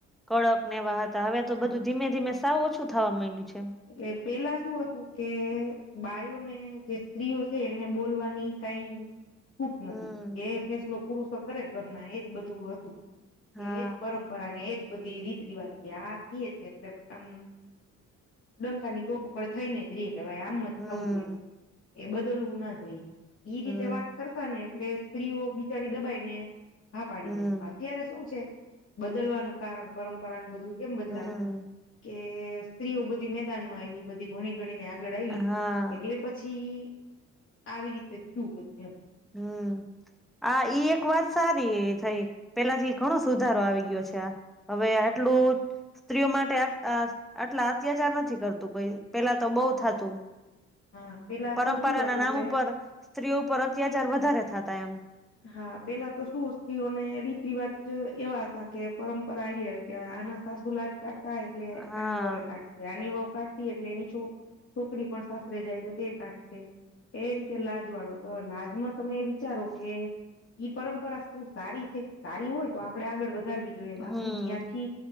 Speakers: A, in the centre; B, on the left (about 45°).
A: કડક ને વાહ હવે
B: એમ.
A: તો બધું ધીમે ધીમે સાવું ઓછું થવા માંડ્યું છે.
B: એટલે પેલા શું હતું કે બાયોને જે સ્ત્રીઓ છે એને બોલવાની કઈ છૂટ
A: હમ
B: નથી એ ફેસલો પુરુષો કરે ઘરના એજ બધું <unintelligible>
A: હા
B: એજ પરમ પરા ને એજ બધી રીત રિવાજ કે આ કે છે એટલે આમ ડંકાની ચોટ ઉપર થઈ ને જ રઈએ કે ભાઈ આમ જ
A: હમ
B: થવું જોઈએ એ બદલવું ના જોઈએ ઈ રીતે
A: હમ
B: વાત કરતા ને એટલે સ્ત્રીઓ બિચારી દબાઈને હા પાડી
A: હમ
B: દેતી અત્યારે શું છે બદલવાનું કારણ પરંપરાનું બધુંય કેમ બદલાનું
A: હમ
B: કે સ્ત્રીઓ બધી મેદાન માં આવી બધી ભણી ગણીને આગળ આવી
A: હા
B: એટલે પછી આવી રીતે થયું બધું એમ
A: હમ આ ઇ એક વાત સારી થઈ પેલાથી ઘણો સુધારો આવી ગયો છે આ હવે આટલું સ્ત્રીઓ માટે આટલા અત્યાચાર નથી કરતું કોઈ પેલા તો બહુ થતું
B: હા પેલા
A: પરંપરાના
B: તો શું હતું
A: નામ
B: કે
A: ઉપર સ્ત્રીઓ ઉપર અત્યાચાર વધારે થતા એમ
B: હા પેલા તો શું સ્ત્રીઓને રીત રિવાજ એવા હતા કે પરંપરા આલી આવી કે આના સાસુ લાજ કાતા એટલે
A: હા
B: આની વાવ કાઢશે આની વાવ કાઢતી એટલે એની છોક છોકરી પણ સાસરે જાય તો તે કાઢશે એ રીતે લાજ વાળો તો લાજમાં તમે એ વિચારો કે ઈ પરંપરા શું સારી છે સારી હોય તો આપડે આગળ વધારવી જોયે બાકી
A: હમ
B: જ્યાંથી